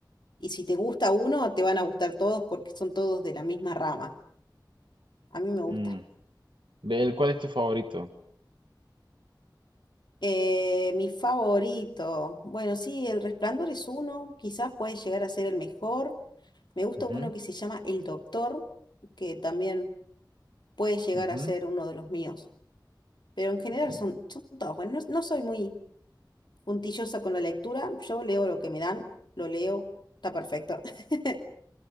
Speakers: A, on the left; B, on the right.
A: y si te gusta uno, te van a gustar todos porque son todos de la misma rama. A mí me gusta.
B: Mm, ¿De él cuál es tu favorito?
A: Eh, mi favorito, bueno, sí, El Resplandor es uno, quizás puede llegar a ser el mejor. Me gusta
B: Ujú,
A: uno que se llama El Doctor que también puede llegar
B: ujú,
A: a ser uno de los míos. Pero en general
B: <laughs>
A: son, son todos buenos. No, no soy muy puntillosa con la lectura. Yo leo lo que me dan, lo leo, está perfecto. <laughs>